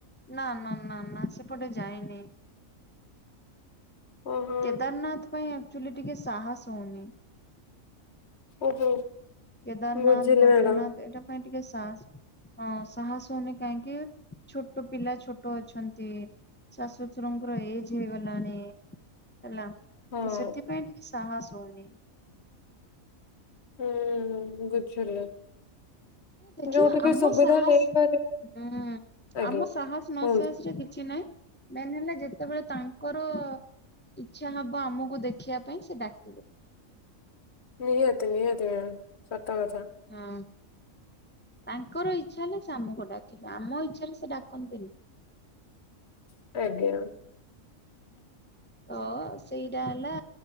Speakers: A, on the left (about 20°); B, on the left (about 55°).
A: ନା ନା ନା ନା ସେପଟେ ଯାଇନି।
B: ଓହୋ
A: କେଦାରନାଥ ପାଇଁ ଆକ୍ଚୁଆଲି ଟିକେ ସାହସ ହଉନି।
B: ଓହୋ।
A: କେଦାରନାଥ,
B: ବୁଝିଲି
A: ବଦ୍ରିନାଥ
B: ମ୍ୟାଡାମ।
A: ଏଇଟା ପାଇଁ ଟିକେ ସାସ୍ ହଁ। ସାହସ ହଉନି କାହିଁକି ଛୋଟ ପିଲା ଛୋଟ ଅଛନ୍ତି। ଶାଶୁ ଶଶୁରଙ୍କର ଏଜ୍ ହେଇଗଲାଣି ହେଲା।
B: ହଁ
A: ତ ସେଥି ପାଇଁ ଟିକେ ସାହସ ହଉନି।
B: ହୁଁ। <unintelligible>
A: ଦେଖିବ
B: ଯୋଉଠିକି
A: ଆମ
B: ସୁବିଧା
A: ସାହସ
B: ହେଇପାରିବ
A: <unintelligible>
B: ଆଜ୍ଞା
A: ଆମ ସାହସ ନ
B: କୁହନ୍ତୁ
A: ସାହସରେ କିଛି ନାହିଁ। ମେନ୍ ହେଲା ଯେତେବେଳେ ତାଙ୍କର ଇଚ୍ଛା ହବ ଆମକୁ ଦେଖିବା ପାଇଁ ସେ ଡାକିବେ।
B: ନିହାତି ନିହାତି ମ୍ୟାମ୍ ସତ କଥା।
A: ହଁ। ତାଙ୍କର ଇଚ୍ଛା ହେଲେ ସେ ଆମକୁ ଡାକିବେ। ଆମ ଇଚ୍ଛା ରେ ସେ ଡାକନ୍ତିନି।
B: <unintelligible>
A: ତ ସେଇଟା ହେଲା